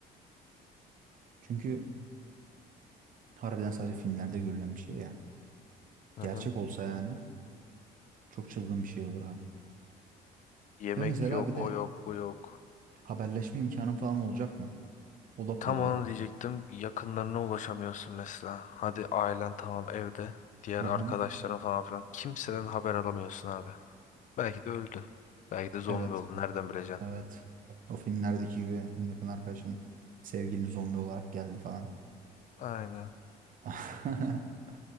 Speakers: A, on the right; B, on the left.
A: Çünkü harbiden sadece filmlerde görülen bir şey ya.
B: Hı
A: Gerçek
B: hı.
A: olsa yani çok çılgın bir şey olur abi.
B: Yemek
A: Ve mesela
B: yok,
A: bir de
B: o yok, bu yok.
A: haberleşme imkanın falan olacak mı? O da
B: Tam
A: problem.
B: onu diyecektim. Yakınlarına ulaşamıyorsun mesela. Hadi ailen tamam evde. Diğer
A: Hı
B: arkadaşların
A: hı.
B: falan filan. Kimseden haber alamıyorsun abi. Belki de öldü. Belki de zombi
A: Evet.
B: oldu. Nereden bileceksin?
A: Evet. O filmlerdeki gibi en yakın arkadaşın sevgilin zombi olarak geldi falan.
B: Aynen.
A: <laughs>